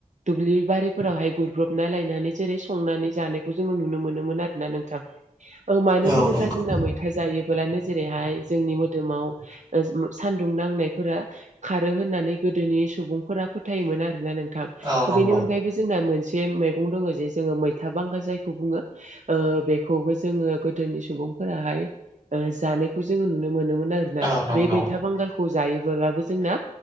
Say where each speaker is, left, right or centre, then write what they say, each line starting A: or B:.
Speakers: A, on the right (about 65°); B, on the right (about 35°).
A: दुब्लि बारि फोरावहाय गुरब्रबना लायनानै जेरै संनानै जानाय खौ जोङो नुनो मोनोमोन आरोना नोंथां ओ मानो
B: औ
A: होनोब्ला
B: नंगौ
A: जोंना मैथा जायोब्ला जेरैहाय जोंनि मोदोमाव ओ सान्दुं नांनायफोरा खारो होननानै गोदोनि सुबुंफोरा फोथायोमोन आरोना नों
B: औ नंगौ
A: बेनि अनगायैबो जोंना मोनसे मैगं दङ जे जोङो मैथा बांगाल जायखौ खौ बुङो बेखौबो जोङो गोदोनि सुबुंफोराहाय ओ जानायखौ जोङो नुनो मोनोमोन आरोना
B: औ नंगौ
A: बेै मैथा बांगाल खौ जायोबोलाबो जोंना